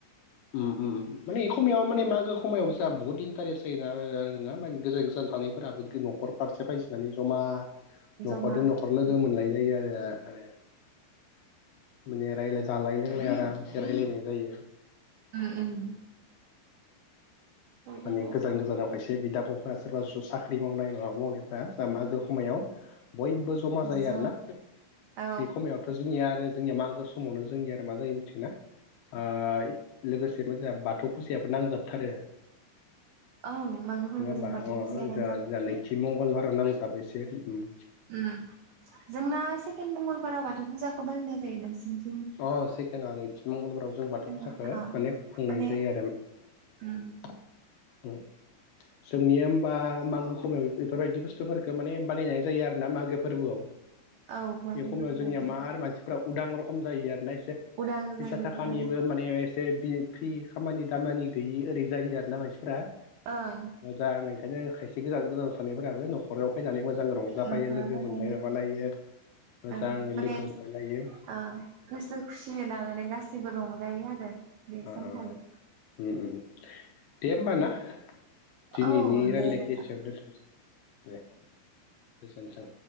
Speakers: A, on the left; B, on the right.
A: उम उम माने ए खमायाव माने मागो खमायाव जोंहा बहुत इन्टारेस्ट जायोना आ-आ-आरोना गोजान गोजान। थानायफोराबो न'खर फारसे फायजोबनानै ज'मा न'खरजों
B: जमा
A: न'खर लोगो
B: उम
A: मोनलाय जायो आरो आरो माने रायलाय जालाय लोंलाय आरामसे रायलायनाय जायो।
B: उम उम। बिदिनो
A: माने गोजान गोजानाव खायसे बिदा फं सोरबा साख्रि मावनाय माबा मावनायफोरा जा मागो खमायाव बयबो जमा जायो
B: ज'
A: आरो ना
B: औ
A: बे खमायावथ' जोंनिया आरो जोंनिया मागो गो समावनो जोंनि आरो मा जायो मिथिगोना ओ लोगोसेबो जा बाथौ फुजायाबो नांजाबथारो
B: ओं मागो फोरबो
A: नंङा होमबा?
B: जों बाथौ
A: अ'
B: फुजाया नांजाबनाय
A: जा जा नैथि मंगलबाराव नांजाबो एसे उम।
B: उम जोंना सेकेणड मंगलबाराव बाथौ फुजाखौ फालिनाय जायो नोंसिनि
A: अ' सेकेणडा नैथि मंगलबाराव जों
B: सेकेण्ड
A: बाथौ फुजाखौ
B: अ
A: माने खुंनाय
B: माने
A: जायो आरो।
B: उम।
A: <unintelligible> जोंनिया होमबा मागो खमायाव बेफोरबायदि बुस्थुफोरखौ माने बानायनाय जायो आरो ना मागो फोरबोआव
B: औ मागो
A: बे खमायाव
B: फोरबो
A: जोंनिया
B: इदि
A: मार मानसिफ्रा उदां रख खम जायो आरोना एसे
B: उदां
A: फैसा
B: जायो
A: थाखानिबो
B: ओं
A: माने एसे बिर फ्रि खामानि दामानि गैयि ओरै जायो आरोना मानसिफोरा
B: ओं
A: मोजां आं ओंखायनो खाय एसे गोजान गोजानाव थानायफोराबो न'खराव फैनानै मोजां रंजाफायो
B: न'खराव
A: लोगो
B: बानायो
A: मोनलाय माबालायो मोजाङै
B: ओं माने
A: लोगो हमफायलायो
B: ओ गोसो खुसि नानानै गासैबो रंजायो आरो बे
A: ओ
B: सानखालि
A: ओ उम उम दे होमबा ना? दिनैनि
B: औ
A: रायलायनायखौ
B: दे नोंथां
A: एसेयावनो दोनथ'नोसै दे गोजोनथों।